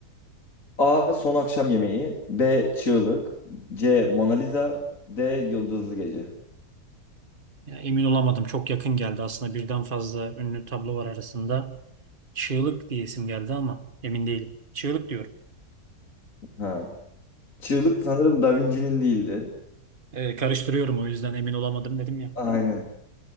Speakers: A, on the left; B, on the right.
A: A. Son akşam yemeği. B. Çığlık. C. Mona Lisa. D. Yıldızlı Gece.
B: Ya emin olamadım. Çok yakın geldi. Aslında birden fazla ünlü tablo var arasında. Çığlık diye isim geldi ama emin değilim. Çığlık diyorum.
A: Ha. Çığlık sanırım Da Vinci'nin değildi.
B: Ee, karıştırıyorum o yüzden emin olamadım dedim ya.
A: Aynen.